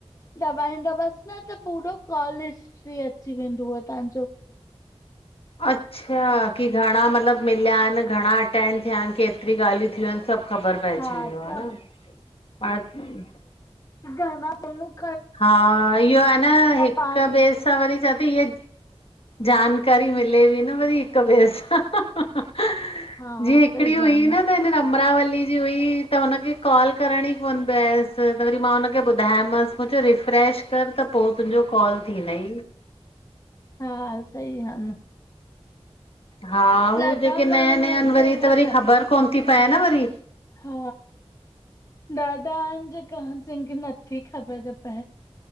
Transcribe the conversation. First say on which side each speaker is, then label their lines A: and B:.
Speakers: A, on the left; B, on the left.
A: दबाईंदवसि न त पूरो कॉल हिस्ट्री अची वेन्दुव तव्हांजो।
B: अच्छा की घणां मतलबु मिलिया हिनि, घणां अटेंड थिया हिनि, केतिरीयुं ॻाल्हियूं थियूं आहिनि सभु ख़बर पइजी
A: हा
B: वेंदो
A: सभु
B: ह न हाणे
A: इ न प <unintelligible>
B: हा, इह्यो आहे न हिक
A: पाण
B: ॿिए सां वरी चवां ती ईह्ये जानकारी मिले बि न वरी हिक ॿे सां जीअं
A: हा
B: हिकिड़ी
A: सही
B: हुई
A: आ
B: न त हिन अमरावली जी हुई, त हुनखे कॉल करण ई कोन पए आयसि -स त वरी मां हुनखे ॿुधायोमांसि मु च्यो रिफ्रेश कर त पो तुंजो कॉल थींदई।
A: हा, सही हा न
B: हा, हू
A: ॾाढा
B: जेके
A: माण्हू
B: नया -नया
A: आहिनि
B: हिनि
A: जंहिंखा
B: वरी त वरी
A: न
B: ख़बर कोन थी पए न वरी
A: हा, ॾाढा आहिन जेका, जेंखे नथी ख़बर पए